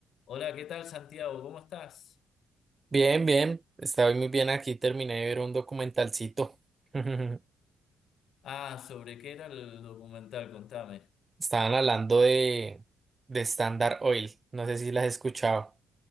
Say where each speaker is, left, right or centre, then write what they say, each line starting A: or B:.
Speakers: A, on the left (about 70°); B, on the right (about 25°).
A: Hola, ¿qué tal Santiago? ¿Cómo estás?
B: Bien, bien, estoy muy bien aquí, terminé de ver un documentalcito. <laughs>
A: Ah, ¿sobre qué era el documental? Contame.
B: Estaban hablando de, de Standard Oil, no sé si las has escuchado.